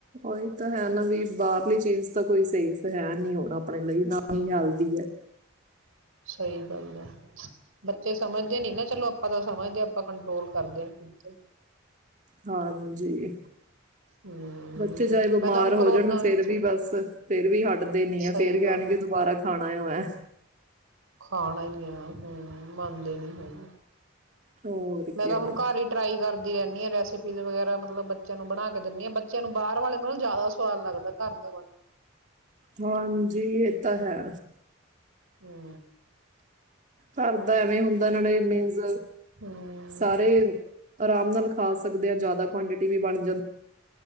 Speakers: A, on the right; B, on the right.
A: ਉਹੀ ਤਾਂ ਹੈ ਨਾ ਵੀ ਬਾਹਰਲੀ ਚੀਜ਼ ਤਾਂ ਕੋਈ ਸੇਫ ਹੈ ਨੀ ਹੁਣ ਆਪਣੇ ਲਈ ਨਾ ਹੀ ਹੈਲਦੀ ਹੈ।
B: ਸਹੀ ਗੱਲ ਹੈ ਬੱਚੇ ਸਮਝਦੇ ਨੀ ਨਾ ਚਲੋ ਆਪਾਂ ਤਾਂ ਸਮਝਦੇ ਆਪਾਂ ਕੰਟਰੋਲ ਕਰਦੇ ਹਾਂ।
A: ਹਾਂਜੀ,
B: ਹਮ
A: ਬੱਚੇ ਚਾਹੇ ਬਿਮਾਰ
B: ਮੈਂ ਤਾਂ ਹੁਣ
A: ਹੋ
B: ਕਰੋਨਾ
A: ਜਾਣ ਫਿਰ
B: ਵਿੱਚ
A: ਵੀ ਬਸ ਫੇਰ ਵੀ ਹਟਦੇ ਨੀ ਆ
B: ਸਹੀ
A: ਫੇਰ ਕਹਿਣਗੇ
B: ਗੱਲ
A: ਕਿ
B: ਆ
A: ਦੁਬਾਰਾ ਖਾਣਾ ਐ ਮੈ।
B: ਖਾਣਾ ਹੀ ਆ ਹਮ ਮੰਨਦੇ ਨੀ ਹੈਗੇ।
A: ਹੋਰ
B: ਮੈਂ
A: ਕਿਆ
B: ਤਾਂ ਹੁਣ ਘਰ ਹੀ ਟਰਾਈ ਕਰ ਰਹਿੰਦੀ ਹ ਰੈਸਿਪੀਜ਼ ਵਗੈਰਾ ਮਤਲਬ ਬੱਚਿਆਂ ਨੂੰ ਬਣਾ ਕੇ ਦਿੰਦੀ ਹਾਂ ਬੱਚਿਆਂ ਨੂੰ ਬਾਹਰ ਵਾਲੇ ਨੂੰ ਜ਼ਿਆਦਾ ਸਵਾਦ ਲੱਗਦਾ ਘਰ ਦਾ ਵਾ
A: ਹਾਂਜੀ ਇਹ ਤਾਂ ਹੈ।
B: ਹੂੰ
A: ਘਰ ਦਾ ਐਵੇਂ ਹੁੰਦਾ ਨਾਲੇ ਮੀਨਸ
B: ਹਮ
A: ਸਾਰੇ ਆਰਾਮ ਨਾਲ ਖਾ ਸਕਦੇ ਹਾਂ ਜ਼ਿਆਦਾ ਕੁਆਂਟਿ ਵੀ ਬਣਦੀ